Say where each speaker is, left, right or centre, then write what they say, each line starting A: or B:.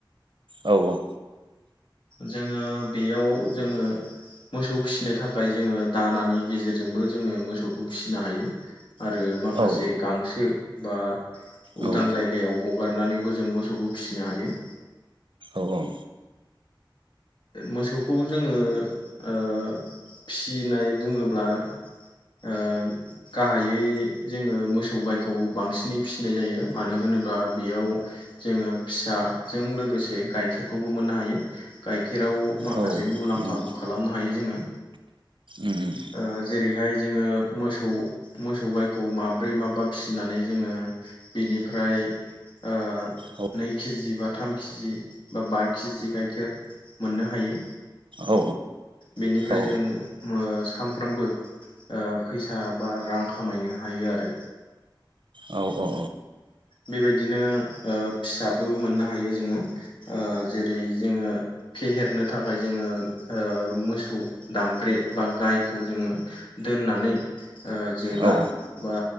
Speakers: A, on the right; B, on the left.
A: औ औ
B: जोङो बेयाव जोङो मोसौ फिसिनो थाखाय जोङो दानानि गेजेरजोंबो जोङो मोसौखौ फिसिनो हायो। आरो माखासे
A: औ
B: गांसो बा
A: औ
B: उदां जायगायाव हगारनानैबो जों मोसौखौ फिसिनो हायो।
A: औ औ।
B: मोसौखौ जोङो ओ। फिनाय बुङोब्ला ओ गाहायै जोङो मोसौ गायखौ बांसिनै फिसिनाय जायो मानो होनोब बा बेयाव जोङो फिसाजों लोगोसे गाइखेरखौबो मोननो हायो। गाइखेराव माखासे
A: औ
B: मुलाम्फाखौ
A: नंगौ
B: खालामनो हायो जोङो।
A: उम
B: ओ जेरैहाय जोङो मोसौ मोसौ गायखौ माब्रै माबा फिसिनानै जोङो बिनिफ्राय ओ
A: औ
B: नै केजि बा थाम केिजि बा बा केजि गाइखेर मोननो हायो।
A: औ
B: बेनिफ्राय
A: औ
B: जों ओ सानफ्रोमबो ओ फैसा बा रां खामायनो हायो आरो।
A: औ औ औ।
B: बेबायदिनो ओ फिसाबो मोननो हायो जोङो जेरै जोङो फेहेरनो थाखाय जोङो ओ मोसौ दामब्रे बा गायखौ जोङो दोननानै ओ जोला
A: औ
B: बा